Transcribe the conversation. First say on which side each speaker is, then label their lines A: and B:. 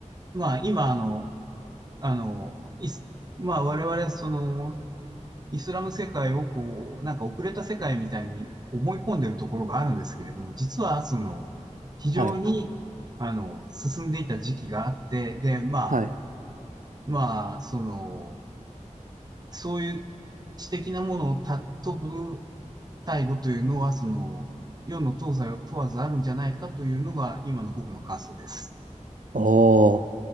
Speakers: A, on the right (about 30°); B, on the right (about 80°).
A: まあ今あの、あの、いまあ我々その、イスラム世界をこう、なんか遅れた世界みたいに思い込んでるところがあるんですけれども、実はその、非常に、
B: はい。
A: あの、進んでいた時期があって、で、まあ、
B: はい。
A: まあ、その、そういう知的なものを尊ぶ態度というのは、その、世の東西を問わずあるんじゃないかというのが、今の僕の感想です。
B: おお。